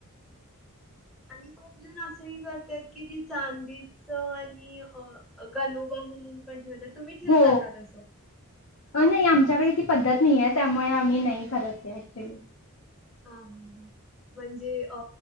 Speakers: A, in the centre; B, on the left.
A: आणि खूप जण असंही करतेत की, ती चांदी च आणि गनोबा म्हणून पण ठेवतात. तुम्ही ठेवता
B: हो.
A: का तसं?
B: अ नाही, आमच्याकडे
A: अच्छा.
B: ती पद्धत नाहीय. त्यामुळे आम्ही नाही करत ते. ऍक्च्युली.
A: हा, हा, हा. म्हणजे अ